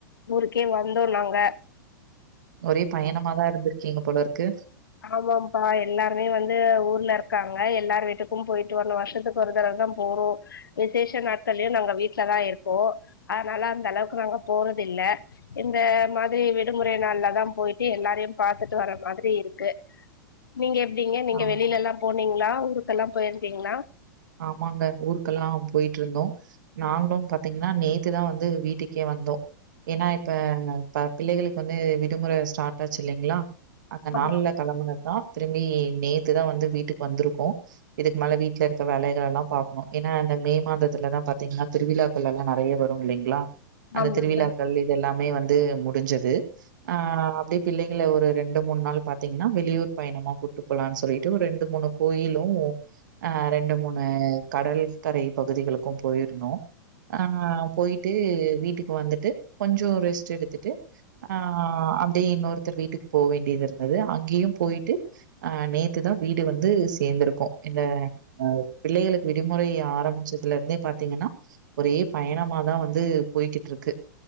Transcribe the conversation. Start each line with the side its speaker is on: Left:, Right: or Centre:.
Left: ஊருக்கே வந்தோ நாங்க
Right: ஒரே பயணமாதா இருந்திருக்கீங்க போலருக்கு
Left: ஆமாப்பா எல்லாருமே வந்து ஊர்ல இர்க்காங்க எல்லார் வீட்டுக்கு பொயிட்டு வர்னு வர்ஷத்துக் ஒரு தரவ்தா போறோ விசேஷ நாட்கள்யு நாங்க வீட்லதா இருப்போ அதனால அந்த அளவுக் நாங்க போறத் இல்ல இந்த மாதுரி விடுமுறை நாள்லதா போயிட்டு எல்லாரயு பாத்துட்டு வர மாத்ரி இருக் கு நீங்க எப்டிங்க நீங்க
Right: ஆ.
Left: வெளிலல்லா போனீங்ளா ஊருக்கல்லா போயிருக்கீங்ளா
Right: ஆமாங்க ஊருக்கல்லா பொயிட்ருந்தோ நாங்ளு பாத்தீங்ன்னா நேத்துதா வந்து வீட்டுக்கே வந்தோ ஏன்னா இப்ப ப பிள்ளைகளுக் வந்து விடுமுற ஸ்டார்ட் ஆச்சு இல்லைங்ளா அந்த நாள்ல
Left: ஆமா
Right: களம்புனத்தா திரும்பி நேத்துதா வந்து வீட்டுக் வந்துருக்கோ இதுக் மேல வீட்ல இருக் வேலைகள் எல்லா பாக்ணு ஏன்னா இந்த மே மாதத்துலதா பாத்தீங்னா திருவிழாக்கள் எல்லா நறைய வரு இல்லைங்ளா அந்த
Left: ஆமாங்க
Right: திருவிழாக்கள் இதெல்லாமே வந்து முடிஞ்சது ஆ அப்டே பிள்ளைகள ஒரு ரெண்டு மூண் நாள் பாத்தீங்ன்னா வெளியூர் பயணமா கூட்டு போலான் சொல்லிட்டு ஒர் ரெண்டு மூணு கோயிலு அ ரெண் டு மூணு கடல்கரை பகுதிகளுக்கு போயிர்ந்தோ அ போயிட்டு வீட்டுக் வந்துட்டு கொஞ்சோ ரெஸ்ட் எடுத்துட்டு அ அப்யே இன்னொருத்தர் வீட்டுக் போ வேண்யத் இர்ந்துது அங்கியு போயிட்டு அ நேத்து தா வீடு வந்து சேந்துருக்கோ இந்த அ பிள்ளைகளுக்கு விடுமுறை ஆரமிச்சதுலேருந்தே பாத்தீங்கன்னா ஒரே பயணமாதா வந்து போய்கிட்ருக்கு